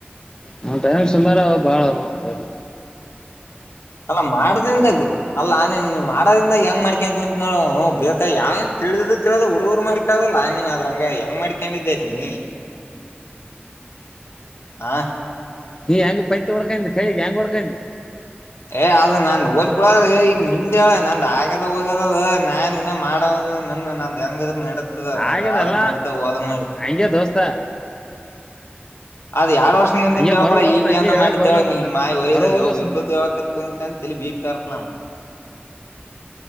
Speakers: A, on the left (about 20°); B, on the left (about 80°).
A: ನ ಟೈಮ್ ಸುಮಾರು ಬಾಳ ಮಾಡತ.
B: ಅಲ್ಲ ಮಾಡ್ದಿಂದಗ್. ಅಲ್ಲ ಆ ನೀನ್ ನೀ ಮಾಡದ್ರಿಂದ ಹೆಂಗ್ ಮಾಡ್ಕ ಕುಂತ್ ನೋ ಬೇಕ ಯ ತಿ ತಿ ಹುಡುರು ಮಾಡಕ. ಲನ್ನ್ ಅದ್ರಂಗ ಹೆಂಗ್ ಮಾಡ್ಕೊಂಡಿದ್ದೈತ್ ನೀ. ಆ <inaudible>
A: ಈ ಹೆಂಗ ಪೈತಿ ಒಡ್ಕ ಕೈ ಹೆಂಗ ಹೊಡ್ಕಂತಿ.
B: ಏ ಅದ್ ನಾ ಓದ್ ಬಿಡದ ಈಗ ನಿಂದೆ ಹೇಳ ನಂದ್ ಆಗ್ಯದ ಹೋಗ್ಯದದ. ನಾನ್ ಇನ್ನ ಮಾಡ ನನ್ನ ನಂದ್ ಹೆಂಗಿದ್ರ ನಡತದ ನಂದ
A: ಆಗ್ಯದಲ್ಲ
B: ಆದ್ರ ನಡ್ದ ಹೋದ್ರ ನಡತ.
A: ಹಂಗೆ ದೋಸ್ತ
B: ಅದ್ ಎರಡ್ ವರ್ಷ ನಿಂದಾ
A: ಹಂಗೆ
B: ಹೇಳೇಳ್ಬಡ
A: ಮರ ಹೋಗ್ತದ
B: ಈಗ
A: ಹಂಗೆ
B: ಏನ
A: ಹೇಳಕ್
B: ಮಾಡಿ
A: ಬರ್ಲ
B: ಹೇಳ ನೀ
A: ಮತ್ತ
B: ಮಾ ಒಯದ
A: ಮರ ಹೋಗಸ
B: ಯಾವ ಎಲ್ಲೂ ಹೇಳಕ ಕುಂತ ಅಂತ ಬಿ ಪಿ. <unintelligible>